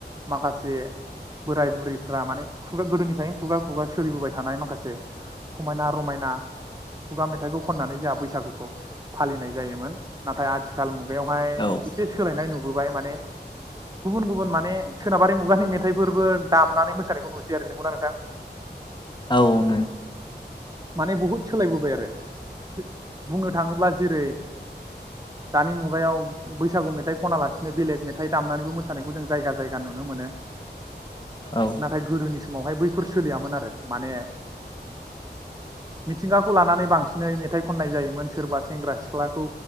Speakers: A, on the right; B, on the left.
A: माखासे <unintelligible> बोराय बुरैफ्रा माने खुगा गोदोनिफ्रायनो खुगा खुगा सोलिबोबाय थानाय माखासे समायना रमायना खुगा मेथाइखौ खननानै जोंहा बैसागुखौ फालिनाय जायोमोन। नाथाय आथिखाल मुगायावहाय
B: औ
A: एसे सोलायनाय नुबो बाय माने गुबुन गुबु मने सोनाबारि मुगानि <unintelligible> दामनानै मोसानायखौ नुसै आरो नंगौना नोंथां
B: औ नो <unintelligible>
A: माने बहुद सोलायबोबाय आरो बुंनो थाङोब्ला जेरै दानि मुगायाव बैसागु मेथाइ खना लासिनो बेलेग मेथाइ दामनानैबो मोसानायखौ जों जायगा जायगा नुनो मोनो।
B: औ
A: नाथाय गोदोनि समावहाय बैफोर सोलियामोन आरो माने मिथिंगाखौ लानानै बांसिनै मेथाइ खननाय जायोमोन सोरबा सेंग्रा सिख्लाखौ